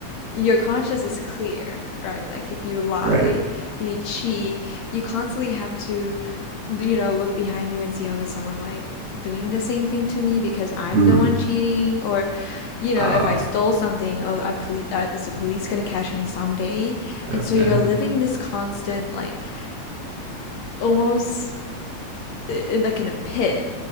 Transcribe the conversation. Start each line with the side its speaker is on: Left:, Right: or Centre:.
Left: your conscience is clear, right? Like if you lie,
Right: Right.
Left: you cheat, you constantly have to, you know, look behind you and see, oh, is someone like doing the same thing to me because I'm
Right: Hmm.
Left: the one cheating? Or, you know,
Right: Ah.
Left: if I stole something, oh, I poli- uh, is the police gonna catch me someday?
Right: okay.
Left: And so you're living in this constant, like almost uh, like in a pit,